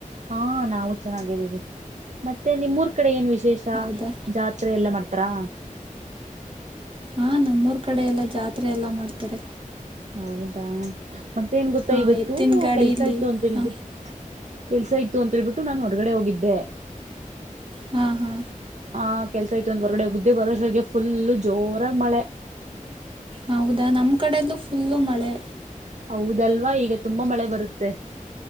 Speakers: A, on the right; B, on the right.
A: ಹಾ ನಾವು ಚೆನ್ನಾಗಿದ್ದೀವಿ ಮತ್ತೆ ನಿಮ್ಮೂರ್ ಕಡೆ ಏನ್ ವಿಶೇಷ
B: ಹೌದಾ
A: ಜಾತ್ರೆ ಎಲ್ಲ ಮಾಡ್ತಾರಾ
B: ಹಾ ನಮ್ಮೂರ್ ಕಡೆ ಎಲ್ಲಾ ಜಾತ್ರೆ ಎಲ್ಲಾ ಮಾಡ್ತಾರೆ
A: ಹೌದಾ ಮತ್ತೆ ಏನ್ ಗೊತ್ತಾ
B: ಹಾ
A: ಇವತ್ತು
B: ಎತ್ತಿನ ಗಾಡಿಲಿ
A: ಕೆಲ್ಸ ಆಯ್ತು ಅಂತ ಹೇಳ್ಬಿಟ್ಟು
B: ಹಾ
A: ಕೆಲ್ಸ ಇತ್ತು ಅಂತ ಹೇಳ್ಬಿಟ್ಟು ನಾನು ಹೊರಗಡೆ ಹೋಗಿದ್ದೆ
B: ಹಾ ಹಾ
A: ಆ ಕೆಲ್ಸ ಐತ್ ಒಂದ ಹೊರ್ಗಡೆ ಹಗ್ದೆ ಬರುವವಷಗೆ ಫುಲ್ಲು ಜೋರಾಗ ಮಳೆ
B: ಹೌದಾ ನಮ್ಮ ಕಡಲ್ಲೂ ಫುಲ್ಲು ಮಳೆ
A: ಹೌದಲ್ವಾ ಈಗ ತುಂಬಾ ಮಳೆ ಬರುತ್ತೆ